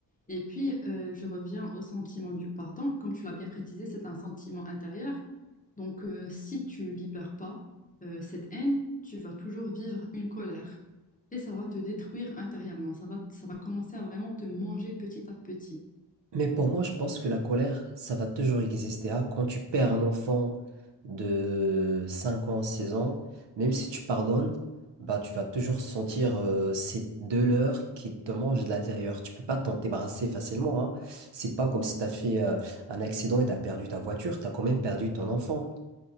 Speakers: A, on the left; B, on the right.
A: Et puis, euh, je reviens au sentiment du pardon. Comme tu l'as bien précisé, c'est un sentiment intérieur. Donc, euh, si tu libères pas euh, cette haine, tu vas toujours vivre une colère. Et ça va te détruire intérieurement. Ça va, ça va commencer à vraiment te manger petit à petit.
B: Mais pour moi, je pense que la colère, ça va toujours exister. hein. Quand tu perds un enfant de 5 ans, 6 ans, même si tu pardonnes, bah, tu vas toujours sentir euh, cette douleur qui te mange de l'intérieur. Tu peux pas t'en débarrasser facilement. Hein. C'est pas comme si tu as fait euh, un accident et tu as perdu ta voiture, tu as quand même perdu ton enfant.